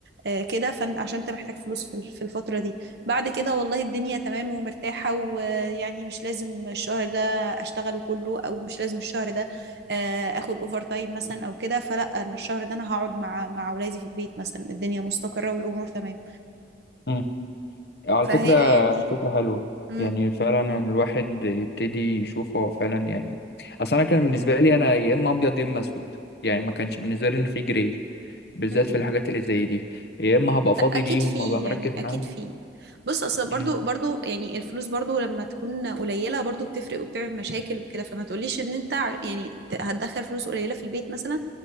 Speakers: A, on the right; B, on the left.
A: آه، كده فانت عشان انت محتاج فلوس في في الفتره دي بعد كده والله الدنيا تمام ومرتاحه ويعني مش لازم الشهر ده اشتغله كله او مش لازم الشهر ده آه، اخد اوفر تايم مثلا او كده فلا انا الشهر ده انا هقعد مع مع اولادي في البيت مثلا الدنيا مستقره والامور تمام
B: مم. على
A: فهي
B: فكرة
A: يعني
B: فكرة حلوة
A: امم
B: يعني فعلا الواحد يبتدي يشوف هو فعلا يعني أصل أنا كان بالنسبة لي أنا يا إما أبيض يا إما أسود يعني ما كانش بالنسبة لي إن في جراي بالذات
A: امم.
B: في الحاجات اللي زي دي يا إما هبقى فاضي
A: لا اكيد
B: ليهم
A: في
B: وأبقى مركز
A: يعني
B: معاهم
A: اكيد في بص اصل برضو
B: مم.
A: برضو يعني الفلوس برضو لما تكون قليله برضو بتفرق وبتعمل مشاكل وكده فما تقوليش ان انت ع- يعني ت- هتدخل فلوس قليله في البيت مثلا